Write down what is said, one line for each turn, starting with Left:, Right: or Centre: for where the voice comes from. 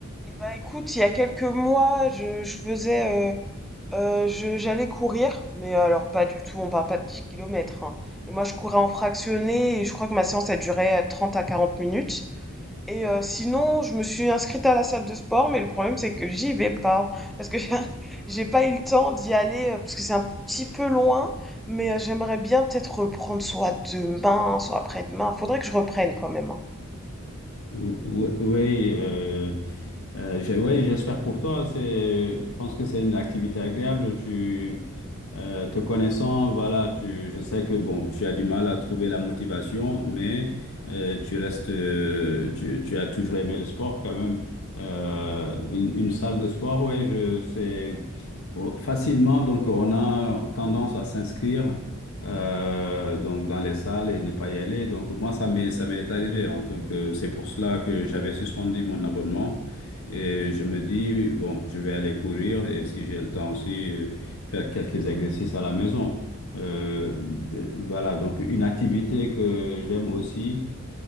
Centre: Eh ben écoute, il y a quelques mois, je, je faisais, euh, euh, je- j'allais courir, mais alors pas du tout, on parle pas de 10 km, Et moi, je courais en fractionné et je crois que ma séance a duré 30 à 40 minutes. Et euh, sinon, je me suis inscrite à la salle de sport, mais le problème c'est que j'y vais pas parce que <laughs> j'ai j'ai pas eu le temps d'y aller euh, parce que c'est un petit peu loin, mais euh, j'aimerais bien peut-être reprendre soit demain, soit après-demain. Faudrait que je reprenne quand même. hein.
Left: Oui, euh, euh, j'ai- ouais, j'espère pour toi. C'est, je pense que c'est une activité agréable. Tu, euh, te connaissant, voilà, tu, je sais que bon, tu as du mal à trouver la motivation, mais euh, tu restes, euh, tu, tu as toujours aimé le sport quand même. Euh, une, une salle de sport, ouais, je, c'est oh, facilement. Donc, on a tendance à s'inscrire euh, donc dans les salles et ne pas y aller. Donc moi, ça m'est, ça m'est arrivé. hein. Donc euh, c'est pour cela que j'avais suspendu mon abonnement et je me dis, bon, je vais aller courir et si j'ai le temps aussi, euh, faire quelques exercices à la maison. Euh, ben, voilà, donc une activité que j'aime aussi.